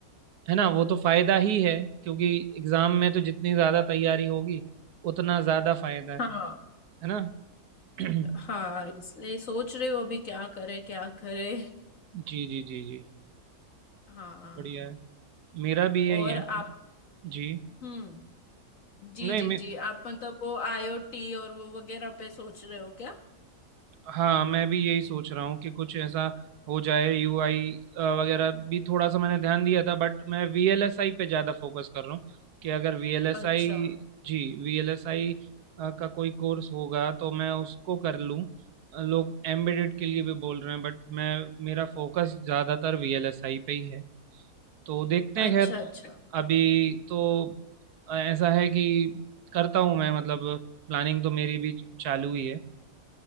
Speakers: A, on the right; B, on the left.
A: है ना वो तो फायदा ही है क्योंकि एग्जाम में तो जितनी ज्यादा तैयारी होगी उतना ज्यादा फायदा है
B: हाँ
A: है ना <clears throat> जी
B: हाँ इसलिए सोच रहे हो अभी क्या करे क्या करे
A: जी जी जी
B: हाँ
A: बढ़िया है मेरा भी यही
B: और
A: है
B: आप
A: जी
B: हम्म जी
A: नहीं
B: जी
A: मैं
B: जी आप मतलब वो आईओटी और वो वगैरह पे सोच रहे हो क्या
A: हाँ मैं भी यही सोच रहा हूँ कि कुछ ऐसा हो जाए यूआई वगैरह भी थोड़ा सा मैंने ध्यान दिया था बट मैं वीएलएसआई पे ज़्यादा फोकस कर रहा हूँ कि अगर वीएलएसआई
B: अच्छा
A: जी वीएलएसआई का कोई कोर्स होगा तो मैं उसको कर लूँ लोग एम्बेडेड के लिए भी बोल रहे हैं बट मैं मेरा फोकस ज़्यादातर वीएलएसआई पे ही है तो देखते हैं
B: अच्छा
A: खैर
B: अच्छा
A: अभी तो ऐसा है कि करता हूँ मैं मतलब प्लानिंग तो मेरी भी चालू ही है